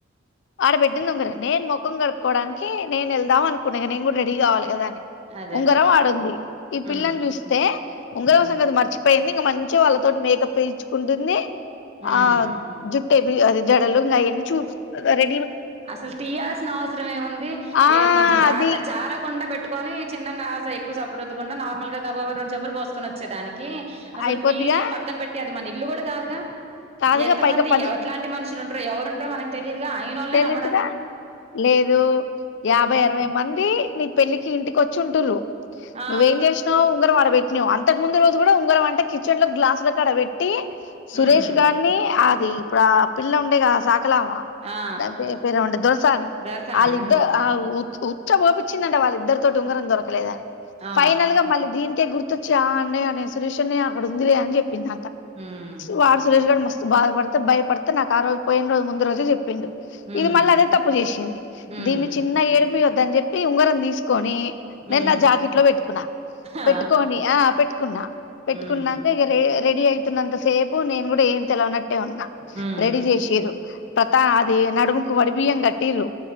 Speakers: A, on the left (about 65°); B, on the right (about 35°).
A: ఆర పెట్టిండుంగరం నేను ముఖం కడుక్కకోవడానికి నేను వెళ్దాం అనుకున్నా ఇగ నేను కూడా రెడీ కావాలి కదాని
B: అదేలే
A: ఉంగరం ఆడుంది ఈ పిల్లని
B: ఉమ్
A: చూస్తే ఉంగరం
B: ఉమ్
A: సంగతి మర్చిపోయింది ఇంక మంచిగా వాళ్ళతోటి మేకప్ వే ఉంటంది
B: ఉమ్
A: ఆ జట్ అది జడలు ఇంగ ఆయనీ చూపు రె
B: అసలు తీయాల్సిన అవసరం ఏముంది
A: ఆ
B: ఏ కొంచెం జాగ్రత్త
A: అది
B: జారకుండా పెట్ట టుకని చిన్నగా ఎకువ సబ్బు రుద్దుకుండా నార్మల్గ గబగబ రెండు చెంబులు పోసుకొనోచే దానికి కీ అసలు
A: అయిపోద్దిగా
B: తీసి పక్కన పెట్టి అది మనీ ఇల్లు గూడా కాదుగా
A: కాదుగా
B: ఎంత
A: పైగా
B: మంది
A: పది
B: ఎవట్లాంటి మనుషులు ఉంటారో ఎవరు ఉంటారో మనకు తెలీయదుగా నేనొల్నే
A: తెలియదుగా లేదు యాభై
B: ఉమ్
A: అరవై మంది నీ పెళ్ళికి ఇంటికి వచ్చింటురూ
B: ఆ
A: నువ్వేం చేసినావ్ ఉంగర వాడబెట్టి ట్టినావ్ అంతకు ముందు రోజు కూడా ఉంగరం అంటే కిచెన్ లో గ్లాసుల కాడ పెట్టి సురష్
B: మ్మ్
A: గాన్నీ అది ఇప్పుడు ఆ పిల్ల ఉండే కద సాకలామా
B: ఆ
A: దాని పేరు ఉండే దొర్సాని
B: దర్శని
A: అలిద్దార్
B: మ్మ్
A: ఆ చ్చు చోపించిండి వాళ్ళిద్దరితో ఉంగరం దొరకలేదని
B: ఆ
A: ఫైనల్ గా మళ్ళీ దీనికి అకే గుర్తొచ్చి ఆ అన్నయ నేన్ సురేష్ అన్నయ అక్కడ ఉందిలే అని చెప్పింది
B: మ్మ్
A: వ సురేష్గఢ మస్త్ బాధపడుతే భయపడుతే నాకు ఆ రోజు పోయిన రోజు ముందు రోజు విందు
B: మ్మ్
A: ఇది మళ్ళీ అదే తప్పు చేసింది
B: మ్మ్
A: దీన్ని చిన్న ఏడిపియవద్ద అని చెప్పి ఉంగరం తీసుకు కాన్
B: మ్మ్
A: నేను నా జాకెట్ లో పెట్టుకున్నా
B: ఆ
A: పెట్టుకొని ఆ పెట్టుకు కున్నా పెట్టుకున్నాక
B: మ్మ్
A: ఇక రే రెడీ అవుతున్నంత సేపు నేను కూడా ఏం తెలినట్టు నే ఉన్నా
B: మ్మ్
A: రెడీ చేసిరు ప అది నడుముకు వాడిబియ్యం కట్టిరు